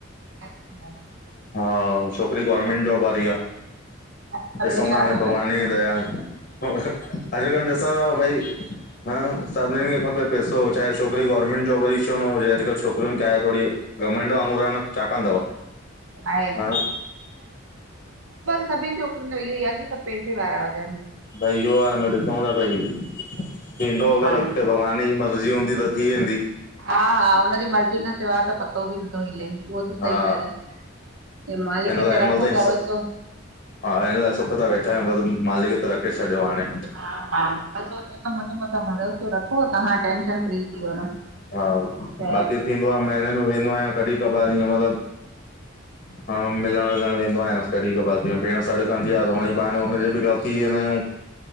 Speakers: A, on the right; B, on the left.
A: अच्छा
B: हा छोकरी गवरमेंट
A: हा।
B: जॉब वारी आ,
A: अच्छा
B: ॾिसूं
A: ॿियो छा
B: था हाणे
A: खपे
B: भॻवान जी दया अॼकल्ह ॾिसन्दव भई हा सभिन खे खपे पेसो चाहे छोकरी गवर्नमेंट जॉब वारी छो ना हुजे अॼकल्ह छोकरियुन खे आहे थोरी घमंड बांगूर आ ना छा कंदव?
A: आहे
B: हा
A: सभिन छोकरनि जो इहो ई आ की सभ पैसे वारा हुजन
B: भई इहो आ ॾिसूं था भई थींदो अगर
A: हा
B: अॻते भॻवान जी मर्ज़ी हूंदी त थी वेंदी
A: हा हा हुनजी मर्ज़ी खां सिवाये ता पत्तों पत्तों बि नथो हिले उहा त
B: हा
A: सही ॻाल्ह आ मालिक
B: हिन लाइ हिनमहिल
A: रखो
B: ताईं
A: भरोसो
B: हा हिन लाइ सुख था वेठा आहियूं बस मालिक त रखे छॾियो हाणे
A: हा हा हो चए तो मुंहिंजे मथां भरोसो रखो तहाँ टेंशन फ्री थी वञो।
B: हा
A: त
B: बाक़ी थींदो आ महीने में वेंदो आहियां कॾहिं कबार इअ मतलब मिलण विलणु वेंदो आहियां कॾी कबर थी व भेण सड़ कंदी आहे हुनजे बहाने बि थी वेंदा आहियूं <unintelligible>